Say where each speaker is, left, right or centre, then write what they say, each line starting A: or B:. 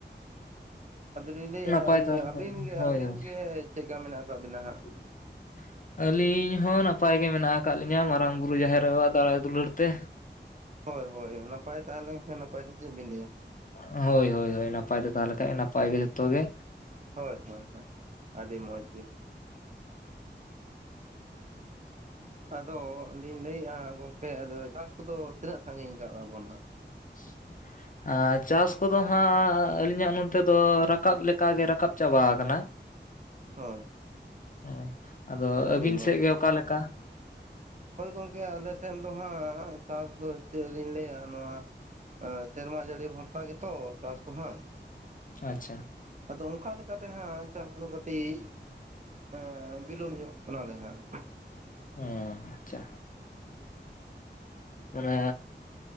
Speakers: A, on the right; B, on the left.
A: ᱟᱫᱚ ᱞᱤᱧ ᱞᱟᱹᱭᱟ
B: ᱱᱟᱯᱟᱭ
A: ᱤᱭᱟᱹ
B: ᱛᱟᱦᱚᱞᱮ
A: ᱟᱹᱵᱤᱱ
B: ᱠᱷᱟᱡ
A: ᱜᱮ,
B: ᱦᱳᱭ
A: ᱟᱹᱵᱤᱱ
B: ᱦᱳᱭ
A: ᱜᱮ᱾ ᱪᱮᱜ ᱠᱟ ᱢᱮᱱᱟᱜ ᱟᱠᱟᱜ ᱵᱤᱱᱟ ᱦᱟᱸᱜ?
B: <inaudible> ᱟᱹᱞᱤᱧ ᱦᱚᱸ ᱱᱟᱯᱟᱭ ᱜᱮ ᱢᱮᱱᱟᱜ ᱟᱠᱟᱜ ᱞᱤᱧᱟᱹ ᱢᱟᱨᱟᱝ ᱵᱩᱨᱩ ᱡᱟᱦᱮᱨ ᱟᱭᱳᱣᱟᱜ ᱫᱟᱲᱟᱭ ᱫᱩᱞᱟᱹᱲ ᱛᱮ᱾
A: ᱦᱳᱭ, ᱦᱳᱭ, ᱱᱟᱯᱟᱭ ᱛᱟᱦᱮᱸᱞᱮᱱ ᱠᱷᱟᱱ ᱱᱟᱯᱟᱭ ᱥᱮ ᱪᱮᱜ ᱵᱤᱱ ᱞᱟᱹᱭᱟ᱾
B: ᱦᱳᱭ, ᱦᱳᱭ, ᱦᱳᱭ, ᱱᱟᱯᱟᱭ ᱛᱮ ᱛᱟᱦᱮᱞᱮ ᱠᱷᱟᱡ ᱱᱟᱯᱟᱭ ᱜᱮ ᱡᱚᱛᱚ ᱜᱮ᱾
A: <unintelligible> ᱦᱮᱸ, ᱦᱮᱸ, ᱟᱹᱰᱤ ᱢᱚᱡᱽ ᱜᱮ᱾ ᱟᱫᱚ ᱞᱤᱧ ᱞᱟᱹᱭ ᱮᱼᱟ ᱦᱟ ᱜᱚᱝᱠᱮ ᱟᱫᱚ ᱪᱟᱥ ᱠᱚᱫᱚ ᱛᱤᱱᱟᱹᱜ ᱥᱟᱺᱜᱤᱧ ᱠᱟᱜᱼᱟ ᱵᱚᱱ ᱦᱟᱸᱜ?
B: <inaudible> ᱦᱟᱸ ᱪᱟᱥ ᱠᱚᱫᱚ ᱦᱟᱸᱜ ᱟᱹᱞᱤᱧᱟᱜ ᱱᱚᱱᱛᱮ ᱫᱚ ᱨᱟᱠᱟᱵ ᱞᱮᱠᱟ ᱜᱮ ᱨᱟᱠᱟᱵ ᱪᱟᱵᱟ ᱟᱠᱟᱱᱟ᱾ <inaudible>
A: ᱦᱳᱭ᱾
B: ᱮᱸ ᱟᱫᱚ
A: ᱟᱹᱰᱤ
B: ᱟᱹᱵᱤᱱ
A: ᱢᱚᱡᱽ
B: ᱥᱮᱜ ᱜᱮ ᱚᱠᱟ ᱞᱮᱠᱟ?
A: ᱦᱳᱭ ᱜᱚᱢᱠᱮ ᱟᱞᱮ ᱥᱮᱱ ᱫᱚ ᱦᱟᱸᱜ ᱪᱟᱥ ᱫᱚ ᱪᱮᱜ ᱞᱤᱧ ᱞᱟᱹᱭᱟ ᱱᱚᱣᱟ ᱟᱸ ᱥᱮᱨᱢᱟ ᱡᱟᱹᱲᱤ ᱵᱷᱚᱨᱥᱟ ᱜᱮᱛᱚ ᱪᱟᱥ ᱫᱚ ᱦᱟᱸᱜ᱾
B: ᱟᱪᱪᱷᱟ᱾
A: ᱟᱫᱚ ᱚᱱᱠᱟ ᱞᱮᱠᱟ ᱛᱮ ᱦᱟᱸᱜ ᱪᱟᱥ ᱫᱚ ᱠᱟᱹᱴᱤᱡ ᱮᱸ ᱵᱤᱞᱚᱢ ᱧᱚᱜ ᱠᱟᱱᱟ ᱞᱮ ᱦᱟᱸᱜ
B: ᱦᱮᱸ ᱟᱪᱟ᱾ ᱢᱟᱱᱮ